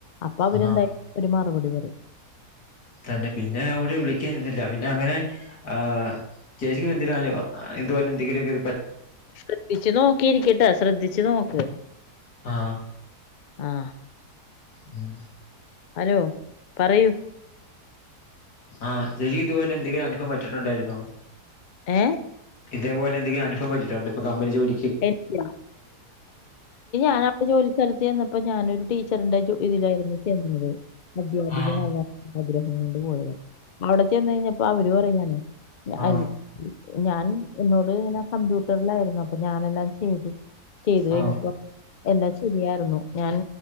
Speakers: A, on the left; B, on the left.
A: അപ്പൊ അവര്ന്തായും
B: ആ
A: ഒരു മറുപടി <inaudible>
B: തന്നെ പിന്നെ അവര് വിളിക്കാൻ നിന്നില്ല അവന് പിന്നെ അങ്ങനെ ആ ചേച്ചിക്കും എന്തെങ്കിലും <unintelligible> ഇതുപോലെ എന്തെങ്കിലുംക്ക
A: ശ്രദ്ധിച്ചു നോക്കിയിരിക്കിട്ടാ ശ്രദ്ധിച്ചു നോക്ക്
B: ആ
A: ആഹ്
B: ഉം
A: ഹലോ പറയൂ
B: ആഹ് ചേച്ചി ഇതുപോലെ എന്തെങ്കിലും അനുഫവം പറ്റിട്ടുണ്ടായിരുന്നോ
A: ഏ
B: ഇതേപോലെ എന്തങ്കി അനുഫം പറ്റീട്ട്ണ്ടോ ഇപ്പ കമ്പനി ജോലി
A: എനിക്കാ <inaudible> ഞൻ അവിട ജോലി സ്ഥലത്ത് ചെന്നപ്പോ ഞാനൊരു ടി ച്ചറിന്റെ ജോ ഇതിലായിരുന്നു ചെന്നത് അദ്ധ്യാപികയാണ്
B: ആ
A: ആഗ്രഹം കൊണ്ട് പോയത് അവിടെ ചെന്ന് കഴിഞ്ഞപ്പോ അവരു പറയാണ്
B: ആ
A: അ <unintelligible> ഞാൻ എന്നോട് ഇങ്ങനെ കമ്പ്യൂട്ടറിലായിരുന്നു അപ്പൊ ഞാനെല്ലാം ചെയ്തു ചെയ്തു കഴഞ്ഞപ്പ
B: ആ
A: എല്ലാ ശരിയായിരുന്നു ഞാൻ